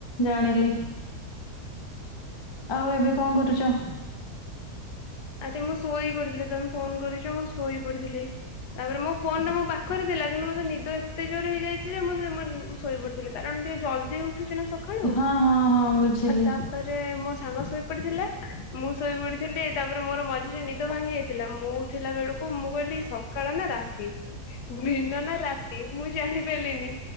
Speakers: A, on the left; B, on the left.
A: ଜାଣିଲି। ଆଉ ଏବେ କଁ କରୁଚ?
B: ଆରେ ମୁଁ ଶୋଇ ପଡିଥିଲି, ତମେ ଫୋନ କରିଛ ମୁଁ ଶୋଇ ପଡିଥିଲି। ତାପରେ ମୋ ଫୋନଟା ମୋ ପାଖରେ ଥିଲା କିନ୍ତୁ ମୋତେ ନିଦ ଏତେ ଜୋରେ ହେଇଯାଇଚି ଯେ ମତ ସେ ଶୋଇ ପଡିଥିଲି କାରଣ ଟିକେ ଜଲଦି ଉଠୁଚି ନା ସଖାଳୁ।
A: ହଁ ହଁ ହଁ ବୁଝିଲି।
B: ଆଉ ତାପରେ ମୋ ସାଙ୍ଗ ଶୋଇ ପଡିଥିଲା ମୁଁ ଶୋଇ ପଡିଥିଲି ତାପରେ ମୋର ମଝିରେ ନିଦ ଭାଙ୍ଗି ଯାଇଥିଲା, ମୁଁ ଉଠିଲା ବେଳକୁ ମୁଁ କହିଲି ସକାଳ ନା ରାତି। ଦିନ ନା ରାତି ମୁଁ ଜାଣିପାରିଲିନି